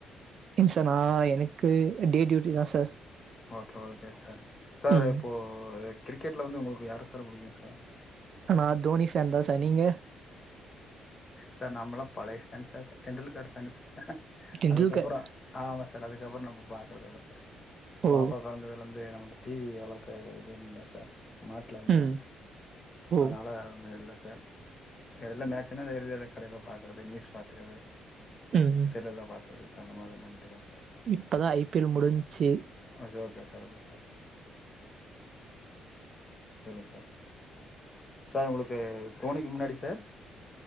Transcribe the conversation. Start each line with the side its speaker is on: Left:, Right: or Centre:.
Right: இன் சார் நா எனக்கு டே டியூட்டிதா sir
Left: okay okay sir sir
Right: ம்
Left: இப்போ கிரிக்கெட்ல வந்து உங்குளுக்கு யார சார் புடிக்கு சார்
Right: நா தோனி ஃபேன்தா சா நீங்க
Left: சார் நம்பளா பழைய fan sir Tendulkar fan sir
Right: Tendulkar
Left: அதுக்கப்றோ ஆமா சார் அதுக்கப்றோ நம்ப பாக்றதே இல்ல சார்
Right: ஓ
Left: பாப்பா பெறந்ததுலந்தே நமக்கு டி வி அவ்ளாக்கே எது இல்ல சார் மாட்ல உன்னா
Right: ம் ஓ
Left: அதனால ஒன்னு இல்ல சார் எடைல மேச்சினா நா வெளில எதாக் கடைல பாக்கறது நியூஸ் பாத்துகிறது
Right: ம் ம்.
Left: செல்லுல பாத்துகிறது சா அந்த மாதிரிதா பண்ட்டுகறே சார்
Right: இப்பதான் ஐபிஎல் முடிஞ்சுச்சு
Left: ஆ சே ஓகே சார் ஓகே சார் சொல்லுங்க சார் சார் உங்குளுக்கு தோணிக்கு முன்னாடி சார்